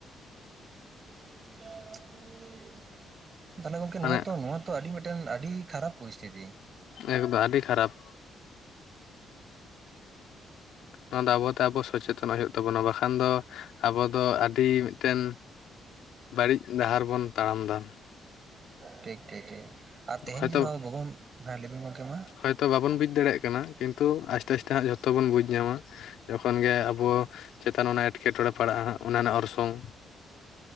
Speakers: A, on the right; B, on the left.
A: <inaudible> ᱛᱟᱦᱚᱞᱮ ᱜᱚᱝᱠᱮ ᱱᱚᱣᱟ
B: ᱢᱟᱱᱮ
A: ᱛᱚ ᱱᱚᱣᱟ ᱛᱚ ᱟᱹᱰᱤ ᱢᱤᱫᱴᱮᱱ ᱟᱹᱰᱤ ᱠᱷᱟᱨᱟᱵ ᱯᱚᱨᱤᱥᱛᱷᱤᱛᱤ
B: ᱮᱠᱫᱚ ᱟᱰᱤ ᱠᱷᱟᱨᱟᱯ ᱱᱟᱭᱟ ᱫᱚ ᱟᱵᱚ ᱛᱟᱨ ᱯᱚᱨ ᱥᱚᱪᱮᱛᱚᱱ ᱦᱩᱭᱩᱜ ᱛᱟᱵᱚᱱᱟ ᱵᱟᱝᱠᱷᱟᱱ ᱠᱷᱟᱱ ᱫᱚ ᱟᱵᱚ ᱫᱚ ᱟᱹᱰᱤ ᱢᱤᱫᱴᱮᱱ ᱵᱟᱹᱲᱤᱡ ᱰᱟᱦᱟᱨ ᱵᱚᱱ ᱛᱟᱲᱟᱢ ᱮᱫᱟ
A: ᱴᱷᱤᱠ ᱴᱷᱤᱠ ᱴᱷᱤᱠ ᱟᱨ ᱛᱮᱦᱮᱧ
B: ᱦᱚᱭᱛᱚ
A: ᱡᱮ ᱱᱚᱣᱟ ᱞᱚᱜᱚᱱ ᱦᱮᱸ ᱞᱟᱹᱭᱵᱤᱱ ᱜᱚᱝᱠᱮ ᱢᱟ
B: ᱦᱚᱭᱛᱚ ᱵᱟᱵᱚᱱ ᱵᱩᱡ ᱫᱟᱲᱮᱭᱟᱜ ᱠᱟᱱᱟ ᱠᱤᱱᱛᱩ ᱟᱥᱛᱮ ᱟᱥᱛᱮ ᱦᱟᱸᱜ ᱡᱷᱚᱛᱚ ᱵᱚᱱ ᱵᱩᱡᱽ ᱧᱟᱢᱟ ᱡᱚᱠᱷᱚᱱ ᱜᱮ ᱟᱵᱚ ᱪᱮᱛᱟᱱ ᱚᱱᱟ ᱮᱸᱴᱠᱮ ᱴᱚᱬᱮ ᱯᱟᱲᱟᱜᱼᱟ ᱚᱱᱟ ᱨᱮᱱᱟᱜ ᱚᱨᱥᱚᱝ